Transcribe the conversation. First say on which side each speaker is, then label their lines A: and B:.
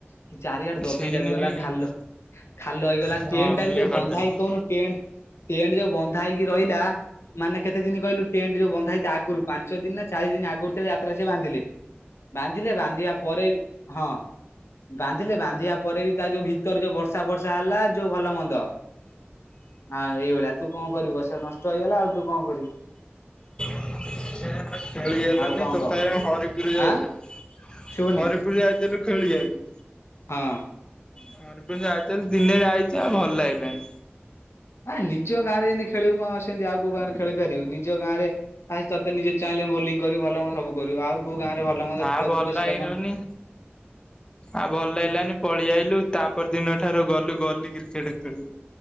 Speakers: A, on the left; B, on the left.
A: ସେ ଚାରିଆଡେ ଦବି
B: ସେଇ
A: ଦାବି
B: ନାଇଁ
A: ଗଲା ଖାଲ ଖାଲ ହେଇଗଲା
B: ହଁ
A: ଟେଣ୍ଟ ଟା
B: ଇଏ
A: ବି ଯୋଉ
B: କରିଦେଲା
A: ବନ୍ଧା ହେଇ
B: ହଁ।
A: କହୁନୁ ଟେଣ୍ଟ ଟେଣ୍ଟ ଯୋଉ ବନ୍ଧା ହେଇକି ରହିଲା ମାନେ କେତେ ଦିନ କହିଲୁ? ଟେଣ୍ଟ ଯୋଉ ବନ୍ଧା ହେଇଛି, ଆଗରୁ ପାଞ୍ଚ ଦିନ ନା ଚାରି ଦିନ ଆଗୁ ଯାତ୍ରାରେ ସେ ବାନ୍ଧିଲେ ବାନ୍ଧିଲେ ବାନ୍ଧିବା ପରେ ହଁ। ବାନ୍ଧିଲେ ବାନ୍ଧିବା ପରେ, ବି ତା ଯୋଉ ଭିତର ଯୋଉ ବର୍ଷା ବର୍ଷା ହେଲା ଯୋଉ ଭଲ ମନ୍ଦ ହଁ ଏଇଭଳିଆ ତୁ କଣ କରିବୁ? ସେ ନଷ୍ଟ ହେଇଗଲା ଆଉ ତୁ କଣ କରିବୁ?
B: <unintelligible> ହେଲାନି
A: ଆଉ କଣ
B: <unintelligible>
A: କହ
B: ହରିପୁର ଯାଇଥିଲୁ
A: ଆଁ ଶୁଭୁନି
B: ।ହରିପୁର ଯାଇଥିଲୁ ଖେଳିବାକୁ
A: ହଁ।
B: ହଁ ଯାଇଥିଲୁ, ଦିନେ ଯାଇଛି ଆଉ ଭଲ ଲାଗି ଲାନି।
A: ନା ନିଜ ଗାଁରେ ଯେମିତି ଖେଳିବୁ, କଣ ସେମିତି ଆଉ କୋଉ ଗାଁରେ ଖେଳି ପାରିବୁ। ନିଜ ଗାଁ ରେ ତତେ ନିଜ ଚାହିଁ ବୋଲିଂ କରିବ ଭଲମନ୍ଦ ସବୁ କରିବୁ ଆଉ କୋଉ ଗାଁରେ ଭଲ ମନ୍ଦ
B: ନା
A: ଖେଳକୁଦ
B: ଭଲ ଲାଗିଲାନି,
A: ସେଇଟା କଣ
B: ଆଉ ଭଲ ଲାଗିଲାନି। ପଳେଇଆଇଲୁ ତାପ ଦିନ ଠାରୁ ଗଲୁ ଗଲି କ୍ରିକେଟ ଖେଳ